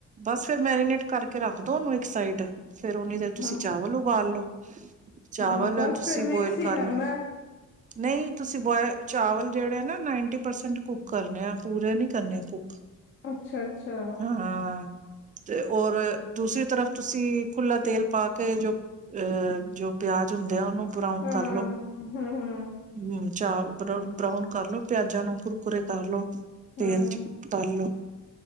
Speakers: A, on the right; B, on the left.
A: ਬਸ। ਮੈਰੀਨੇਟ ਕਰਕੇ ਰੱਖਦੋ ਉਹਨੂੰ ਇੱਕ ਸਾਈਡ ਫਿਰ ਓਨੀ ਦੇਰ ਤੁਸੀਂ
B: ਹਾਂ
A: ਚਾਵਲ ਉਬਾਲ ਲਉ। ਚਾਵਲ
B: ਹਾਂ ਬਸ
A: ਤੁਸੀਂ
B: ਫੇਰ ਮਿਕਸ
A: ਬੋਇਲ
B: ਹੀ
A: ਕਰ
B: ਕਰਨਾ
A: ਲਉ। ਨਹੀਂ। ਤੁਸੀਂ ਬੋਏ ਚਾਵਲ ਜਿਹੜੇ ਨਾ ਨਾਈਨਟੀ ਪਰਸੈਂਟ ਕੁੱਕਰ ਨੇ। ਇਹ ਨਹੀਂ ਕਰਨੇ ਕੁੱਕ।
B: ਅੱਛਾ ਅੱਛਾ।
A: ਹਾਂ ਤੇ ਔਰ ਦੂਸਰੀ ਤਰਫ ਤੁਸੀਂ ਖੁੱਲਾ ਤੇਲ ਪਾ ਕੇ ਜੋ ਅਹ ਜੋ ਪਿਆਜ ਹੁੰਦੇ ਆ, ਉਹਨੂੰ ਬਰਾਊਨ
B: ਹਾਂ
A: ਕਰਲੋ,
B: ਹਮ ਹਮ
A: ਹੂੰ। ਚਾਵ ਬਰਾਊਨ ਬਰਾਉਨ ਕਰਲੋ, ਪਿਆਜ਼ਾਂ ਨੂੰ ਕੁਰਕੁੁਰੇ ਕਰ ਲਉ। ਤੇਲ
B: ਹਮ
A: ਚ ਤਲ ਲਓ।